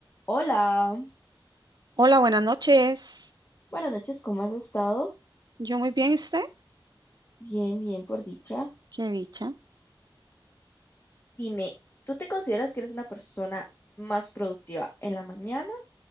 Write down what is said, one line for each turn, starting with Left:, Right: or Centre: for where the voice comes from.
Left: Hola,
Right: Hola, buenas noches.
Left: buenas noches, ¿cómo has estado?
Right: Yo muy bien, ¿y usted?
Left: Bien, bien, por dicha.
Right: Qué dicha.
Left: Dime, ¿tú te consideras que eres una persona más productiva en la mañana